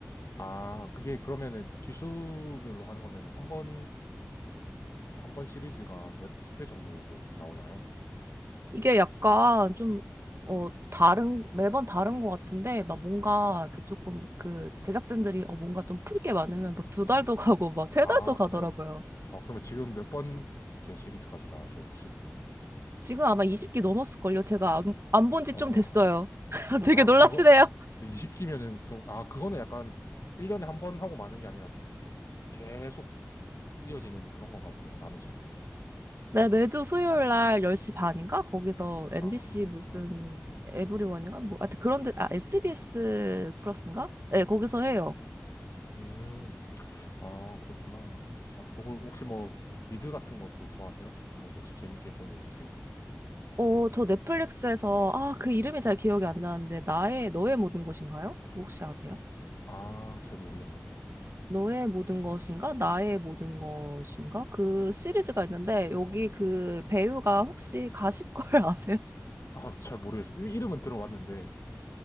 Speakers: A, on the left (about 80°); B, on the right (about 55°).
A: 아, 그게 그러면은 기수별로 하는 거면은 한 번, 그러니까 한 번 시리즈가 몇 회 정도로 나오나요?
B: 이게 약간 좀 어, 다른 매번 다른 것 같은데 막 뭔가 그 조금 그 제작진들이 어 뭔가 좀 풀게 많으면 뭐 두 달도 <laughs> 가고 막 세
A: 아,
B: 달도 가더라고요.
A: 그래요? 아, 그러면 지금 몇 번째 시리즈까지 나왔어요, 혹시?
B: 지금 아마 20기 넘었을걸요. 제가 안, 안 본지
A: 아,
B: 좀 됐어요. <laughs> 되게
A: 아,
B: 놀라시네요.
A: 그거, 20기면은 좀, 아, 그거는 약간 1년에 한 번 하고 마는 게 아니라 좀 계속 이어지는 그런 건가 보네요, 나는 솔로는.
B: 네, 매주 수요일 날 10시 반인가? 거기서 MBC
A: 아,
B: 무슨 에브리원인가? 뭐, 하여튼 그런데, 아, SBS 플러스인가? 네, 거기서
A: 네.
B: 해요.
A: 음, 아, 그렇구나. 아, 또, 그 혹시 뭐, 미드 같은 것도 좋아하세요? 뭐, 혹시 재밌게 본 거 있으세요?
B: 어, 저 넷플릭스에서, 아, 그 이름이 잘 기억이 안 나는데, 나의, 너의 모든 것인가요? 그거 혹시 아세요?
A: 아, 잘 모르겠네요.
B: 너의 모든 것인가? 나의 모든 것인가? 그 시리즈가 있는데, 여기 그 배우가 혹시 가십걸 <laughs> 아세요?
A: 아, <laughs> 잘 모르겠어요. 이- 이름은 들어봤는데,